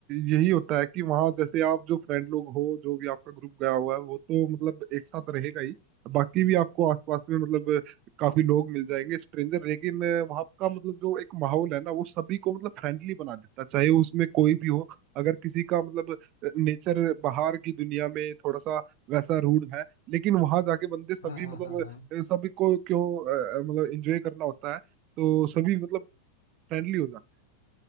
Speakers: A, on the right; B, on the left.
A: यही होता है कि वहां जैसे आप जो फ्रेंड लोग हो जो भी आपका ग्रुप गया हुआ है वो तो मतलब एक साथ रहेगा ही बाकी भी आपको आसपास में मतलब काफी लोग मिल जाएंगे स्ट्रेंजर लेकिन वहां का मतलब जो एक माहौल है ना वो सभी को मतलब फ्रेंडली बना देता है चाहे उसमें कोई भी हो अगर किसी का मतलब नेचर बाहर की दुनिया में थोड़ा सा वैसा रूड है लेकिन वहां जाके बंदे सभी
B: हाँ हाँ
A: मतलब
B: हाँ हाँ
A: अ, सभी को क्यों अ, मतलब एंजॉय करना होता है तो सभी मतलब फ्रेंडली हो जाते